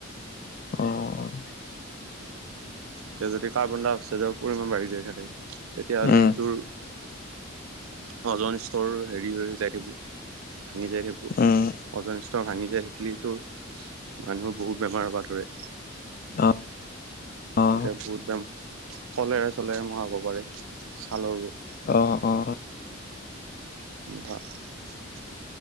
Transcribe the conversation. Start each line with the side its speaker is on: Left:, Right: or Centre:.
Left: অহ
Right: এতিয়া যদি কাৰ্বন ডাই অক্সাইডৰ পৰিমাণ বাঢ়ি যায় থাকে তেতিয়া হ'লে
Left: উম
Right: তোৰ ওজন স্তৰ হেৰি হৈ যাই থাকিব ভাঙি যাই থাকিবো
Left: উম
Right: ওজন স্ত ৰ ভাঙি যায় থাকিলে তোৰ মানুহৰ বহুত বেমাৰ হ'ব ধৰে
Left: অ অ
Right: এনেকৈ বহুত বেম কলেৰা চলেৰা বেমাৰ হ'ব পাৰে ছালৰ ৰোগ
Left: অহ অহ
Right: <unintelligible>